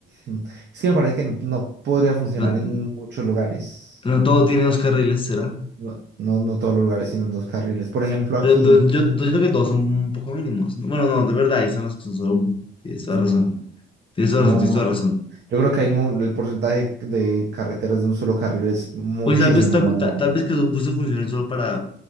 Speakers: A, on the right; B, on the left.
A: mm, Es que me parece que no, no podría funcionar
B: No,
A: en muchos lugares.
B: no todo tiene dos carriles, será.
A: No, no, no todos los lugares tienen dos carriles. Por ejemplo, aquí,
B: Pero do- yo, yo siento que dos son un poco mínimos. No, Bueno, no, de verdad, ahí son los que son solo uno. Tienes toda
A: no,
B: razón. Tienes toda
A: no,
B: razón, tienes
A: no.
B: toda razón.
A: Yo creo que hay mu- el porcentaje de carreteras de un solo carril es muchísimo
B: Pues tal vez, tal,
A: más
B: tal-
A: grande.
B: tal vez que esos buses funcionen solo para